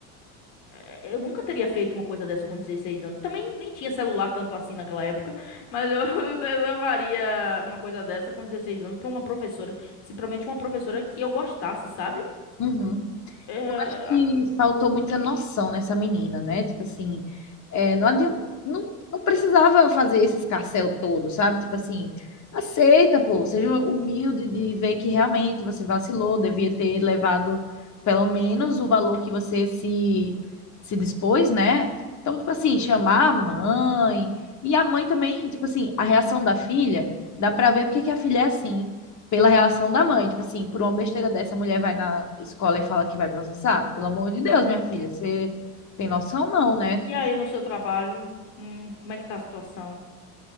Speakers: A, on the left (about 60°); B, on the left (about 40°).
A: é, Eu nunca teria feito uma coisa dessa com 16 anos. Também nem tinha celular tanto assim naquela época, mas eu, <laughs> eu faria uma coisa dessa com 16 anos pra uma professora, principalmente uma professora que eu gostasse, sabe?
B: Uhum.
A: Eh,
B: Eu acho que faltou muita noção nessa menina, né? Tipo assim, é, não, adi- não, não precisava fazer esse escarcéu todo, sabe? Tipo assim, aceita, pô, seja humilde de ver que realmente você vacilou, devia ter levado pelo menos o valor que você se, se dispôs, né? Então, tipo assim, chamar a mãe. E a mãe também, tipo assim, a reação da filha, dá pra ver porque que a filha é assim pela reação da mãe. Tipo assim, por uma besteira dessa, a mulher vai na escola e fala que vai processar. Pelo amor de Deus, minha filha, você tem noção não, né?
A: e
B: Tipo,
A: aí no seu trabalho, hum, como é que tá a situação?